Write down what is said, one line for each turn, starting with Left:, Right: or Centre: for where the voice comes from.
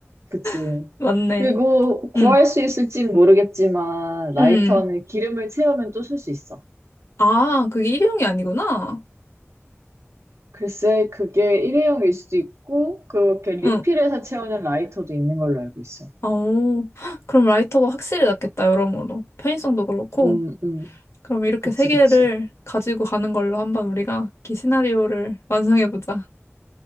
Right: 그치.
Left: <laughs> 맞네.
Right: 그리고 구할
Left: 응,
Right: 수 있을진 모르겠지만, 라이터는
Left: 응.
Right: 기름을 채우면 또 쓸 수 있어.
Left: 아, 그게 일회용이 아니구나.
Right: 글쎄, 그게 일회용일 수도 있고, 그렇게 리필해서
Left: 응.
Right: 채우는 라이터도 있는 걸로 알고 있어.
Left: 아오 <laughs> 그럼 라이터가 확실히 낫겠다, 여러모로. 편의성도 그렇고.
Right: 음, 음,
Left: 그럼 이렇게
Right: 그치,
Left: 세 개를
Right: 그치.
Left: 가지고 가는 걸로 한번 우리가 이 시나리오를 완성해보자.